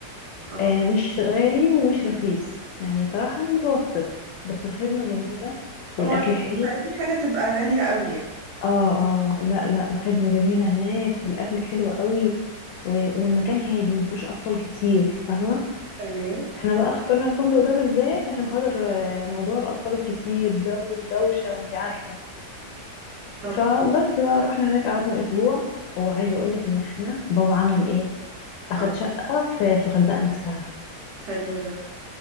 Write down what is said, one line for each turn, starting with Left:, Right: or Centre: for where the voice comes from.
Right: اه
Left: آه مش غالي ومش رخيص يعني صراحة متوسط بس الخدمة جميلة
Right: طبعا
Left: والأكل
Right: احنا
Left: حلو
Right: مش عايزين حاجة تبقى غالية قوي يعني
Left: اه اه لا لا الخدمة جميلة هناك والأكل حلو قوي و- والمكان هادي مفهوش أطفال كتير فاهمة
Right: تمام
Left: احنا بقى اخترنا الفندق ده بالذات عشان خاطر آه، موضوع الأطفال الكتير ده والدوشة وانتي عارفة
Right: طب
Left: فبس بقى رحنا هناك قعدنا أسبوع وعايزة أقولك إن احنا بابا عمل إيه أخد
Right: اه
Left: شقة في في الغردقة نفسها
Right: حلو ده